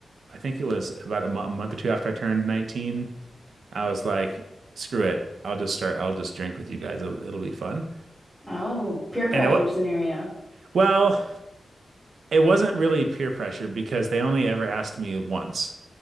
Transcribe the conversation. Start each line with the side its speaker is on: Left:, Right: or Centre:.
Right: I think it was about a mo- a month or two after I turned 19, I was like, screw it, I'll just start, I'll just drink with you guys. It'll, it'll be fun.
Centre: Oh, peer pressure
Right: And it wa-
Centre: scenario.
Right: well, it wasn't really peer pressure because they only ever asked me once,